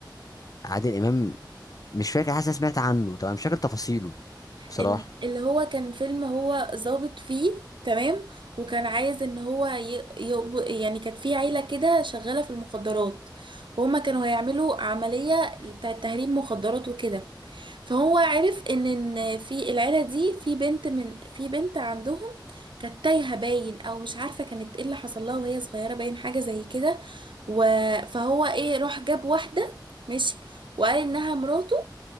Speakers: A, on the left (about 50°); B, on the right (about 85°).
A: عادل امام مش فاكر حاسس أنا سمعت عنه طبعا مش فاكر تفاصيله بصراحه
B: ال- اللي هو كان فيلم هو ظابط فيه تمام وكان عايز ان هو ي... ي... يعني كانت في عيلة كده شغالة في المخدرات وهما كانوا هيعملوا عملية بتاعة تهريب مخدرات وكده فهو عرف ان إن في العيلة دي في بنت من في بنت عندهم كانت تايهة باين او مش عارفة كانت ايه اللي حصل لها وهي صغيرة باين حاجة زي كده و... فهو ايه راح جاب واحدة ماشي وقال انها مراته